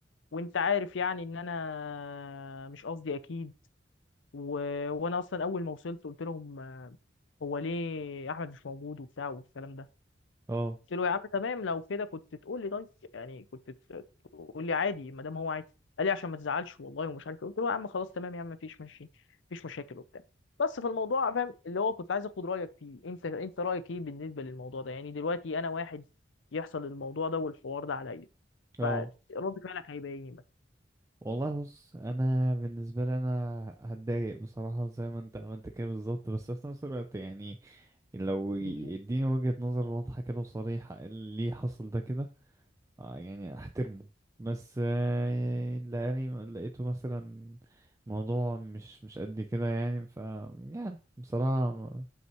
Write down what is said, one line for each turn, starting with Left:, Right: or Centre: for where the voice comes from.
Left: وانت عارف يعني ان انا مش قصدي اكيد و... وانا اصلا اول ما وصلت قلت لهم هو ليه احمد مش موجود وبتاع والكلام ده
Right: اه
Left: قلت له يا عم تمام لو كده كنت تقول لي طيب يعني كنت ت- تقول لي عادي ما دام هو عادي قال لي عشان ما تزعلش والله ومش عارف إيه. قلت له يا عم خلاص تمام يا عم مفيش ماشي مفيش مشاكل وبتاع بس في الموضوع فاهم اللي هو كنت عايز اخد رايك فيه انت انت رايك ايه بالنسبه للموضوع ده يعني دلوقتي انا واحد يحصل الموضوع ده والحوار ده عليا
Right: اه
Left: فرد فعلك هيبقى ايه مثلا
Right: والله بص انا بالنسبه لي انا هتضايق بصراحه زي ما انت عملت كده بالظبط بس في نفس الوقت يعني لو يديني
Left: مم،
Right: وجهه نظر واضحه كده وصريحه إيه اللي حصل ده كده اه يعني احترمه بس آه، لاني لقيته مثلا موضوع مش مش قد كده يعني ف يعني بصراحة ما-